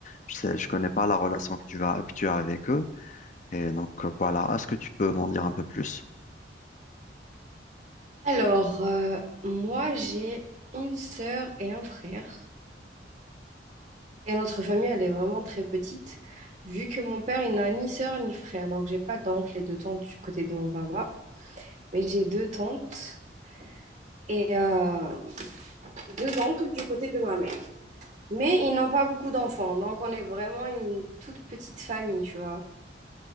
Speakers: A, on the left; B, on the right.
A: je sais, je connais pas la relation que tu as, que tu as avec eux. Et donc, euh, voilà, est-ce que tu peux m'en dire un peu plus?
B: Alors, euh, moi, j'ai une sœur et un frère. Et notre famille, elle est vraiment très petite, vu que mon père, il n'a ni sœur ni frère. Donc, j'ai pas d'oncle et de tante du côté de mon papa, mais j'ai deux tantes et euh, deux oncles du côté de ma mère. Mais ils n'ont pas beaucoup d'enfants, donc on est vraiment une toute petite famille, tu vois.